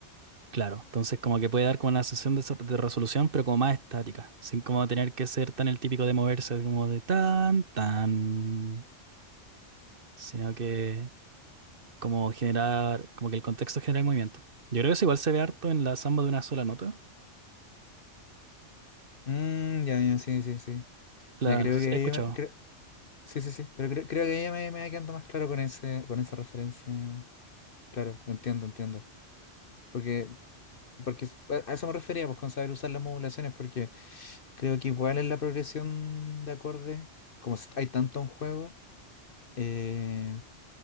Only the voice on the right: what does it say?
claro. Entonces como que puede dar como una sensación de, so- de resolución, pero como más estática, sin como tener que ser tan el típico de moverse como de tan, tan, sino que... como generar, como que el contexto genera el movimiento. Yo creo que eso igual se ve harto en la samba de una sola nota.
La,
no sé
si la
he escuchado.